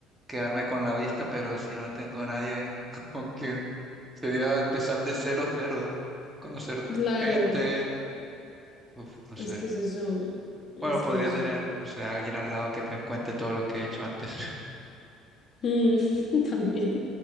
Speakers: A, on the right (about 15°); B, on the left (about 40°).
A: quedarme con la vista, pero si no tengo a nadie <laughs> con quien, sería empezar de cero, cero, conocer
B: claro,
A: gente, uf, no sé.
B: es que es eso. Es
A: Bueno, podría
B: que es eso.
A: tener, no sé, a alguien al lado que me cuente todo lo que he hecho antes.
B: Mm, <laughs> también.